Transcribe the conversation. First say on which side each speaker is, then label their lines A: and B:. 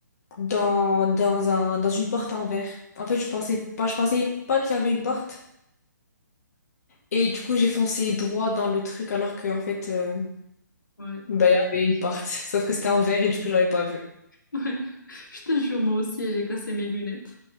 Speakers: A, on the left; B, on the left.
A: dans, dans un, dans une porte en verre. En fait, je pensais pas, je pensais pas qu'il y avait une porte. Et du coup, j'ai foncé droit dans le truc alors que, en fait, euh,
B: ouais, ouais.
A: bah, il y avait une porte. <laughs> Sauf que c'était en verre et du coup, j'avais pas vu.
B: <laughs> Je te jure, moi aussi, j'ai cassé mes lunettes.